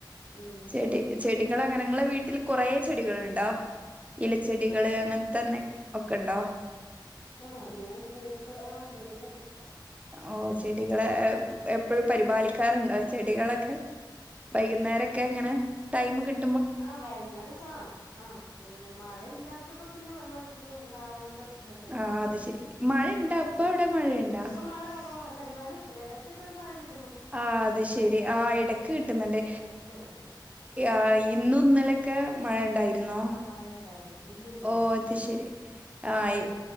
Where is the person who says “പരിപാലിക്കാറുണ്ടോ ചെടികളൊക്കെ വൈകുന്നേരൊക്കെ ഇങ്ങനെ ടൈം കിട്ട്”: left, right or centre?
Right